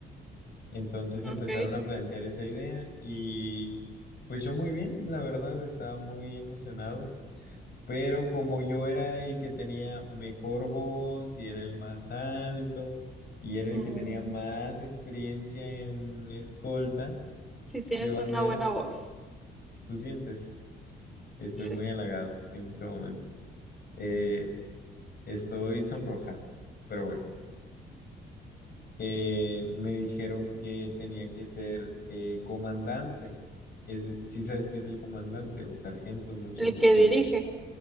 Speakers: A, on the left; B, in the centre.
A: Entonces
B: Ok.
A: empezaron a plantear esa idea y pues yo muy bien, la verdad, estaba muy emocionado. Pero como yo era el que tenía mejor voz y era el más alto y era el
B: Mm,
A: que tenía más experiencia en escolta
B: sí tienes
A: de bandera,
B: una buena voz.
A: tú sientes, estoy
B: Sí.
A: muy halagado en este momento. Eh, estoy sonrojado, pero bueno, Eh, me dijeron que tenía que ser eh, comandante. Es, sí sabes qué es el comandante o sargento, muchas
B: El
A: veces
B: que
A: le
B: dirige.
A: dicen.